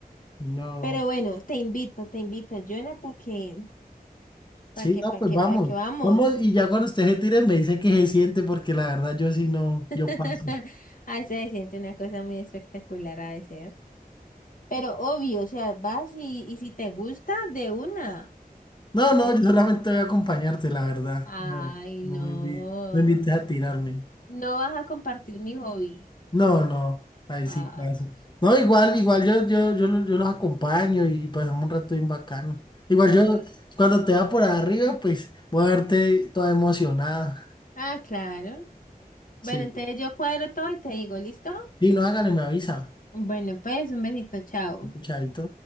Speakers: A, on the left; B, on the left.
A: No.
B: Pero bueno, te invito, te invito, Jonah, para que,
A: Sí,
B: para que,
A: no,
B: para
A: pues
B: que,
A: vamos.
B: para que vamos.
A: Vamos, y ya cuando usted se tire me dice que se siente, porque la verdad yo sí no,
B: <laughs>
A: yo paso.
B: Ahí se siente una cosa muy espectacular a veces. Pero obvio, o sea, vas y, y si te gusta, de una.
A: No, no,
B: Es-
A: yo solamente voy a acompañarte, la verdad.
B: Ay,
A: No, no
B: no.
A: me invi- no invites a tirarme.
B: No vas a compartir mi hobby.
A: No, no, ahí
B: Ah,
A: sí paso. No, igual, igual yo, yo, yo, lo- yo los acompaño y pasamos un rato bien bacano. Igual
B: bueno.
A: yo, cuando te va por arriba, pues voy a verte toda emocionada.
B: Ah, claro. Bueno,
A: Sí.
B: entonces yo cuadro todo y te digo, ¿listo?
A: Sí, no, hágale, me avisa.
B: Bueno, pues un besito, chao.
A: Chaito.